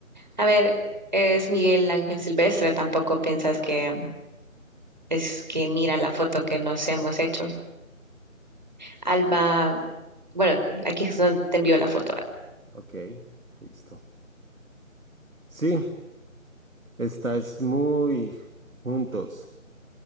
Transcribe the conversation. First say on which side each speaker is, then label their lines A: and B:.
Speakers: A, on the right (about 35°); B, on the right (about 75°).
A: a ver, es Miguel Ángel Silvestre, tampoco piensas que es que mira la foto que nos hemos hecho. Alba, bueno, aquí es donde te envió la foto.
B: Ok, listo. Sí, estás muy juntos.